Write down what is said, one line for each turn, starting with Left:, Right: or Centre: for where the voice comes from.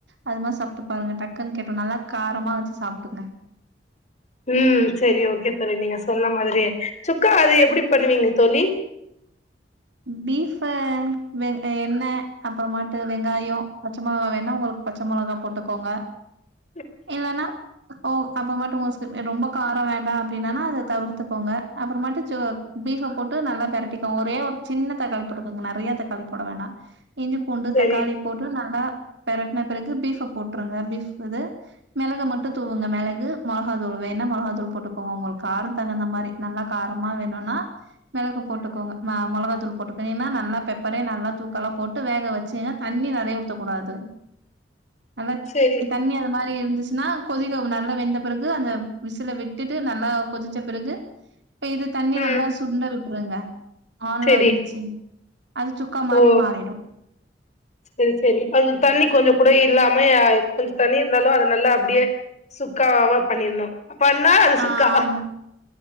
Right: அது மாரி சாப்டு பாருங்க டக்குன்னு கேட்ரும் நல்லா காரமா வச்சு சாப்பிடுங்க
Left: உம் சரி ஓகே தோழி நீங்க சொன்ன மாதிரியே சுக்கா அது எப்படி பண்ணுவீங்க தோழி
Right: பீஃப்வு வெ எண்ணெய் அப்புறமட்டு வெங்காயம் பச்சை மொளகா வேனா உங்களுக்கு பச்ச மொளகா போட்டுக்கோங்க
Left: <inaudible>
Right: இல்லன்னா ஓ அப்புறமட்டும் உங்க ரொம்ப காரம் வேண்டாம் அப்படின்னானா அதை தவிர்த்துகோங்க அப்புறமட்டு சோ பீஃப போட்டு நல்லா பெரட்டிக்கோங்க ஒரே ஒரு சின்ன தக்காளி போட்டுக்குங்க நிறையா தக்காளி போட வேண்டாம் இஞ்சி பூண்டு
Left: சரி
Right: தக்காளி போட்டு நல்லா பிரட்டின பருகு பீஃப போட்டுருங்க பீஃப் இது மிளக மட்டும் தூவுங்க மிளகு மிளகா தூள் வேணா மிளகா தூள் போட்டுக்கோங்க உங்களுக்கு காரம் தகுந்த மாதிரி நல்லா காரமா வேணும்னா மிளகு போட்டுக்கோங்க ம மொளகா தூ ள் போட்டுகயேன்னா நல்லா பெப்பரே நல்லா தூக்கல்லா போட்டு வேக வச்சுங்கனா தண்ணி நிறைய ஊத்தக் கூடாது <unintelligible>
Left: சரி
Right: தண்ணி அது மாரி இருந்துச்சுன்னா கொதிக்க நல்லா வெந்த பிறகு அந்த விசுல விட்டுட்டு நல்லா கொதிச்ச பிறகு இப்ப இது தண்ணிய
Left: ம்
Right: நல்லா சுண்ட விட்டுருங்க ஆன்லவிச்சு
Left: சரி
Right: அது சு க்கா மறி
Left: ஓ
Right: மாறிடு
Left: சரி சரி அது தண்ணி கொஞ்சம் கூட இல்லாம கொஞ்சம் தண்ணி இருந்தாலும் அது நல்லா அப்டியே சுக்காவாவா பண்ணிடணும் பண்ணா அது
Right: ஆ
Left: சுக்கா
Right: ஆமா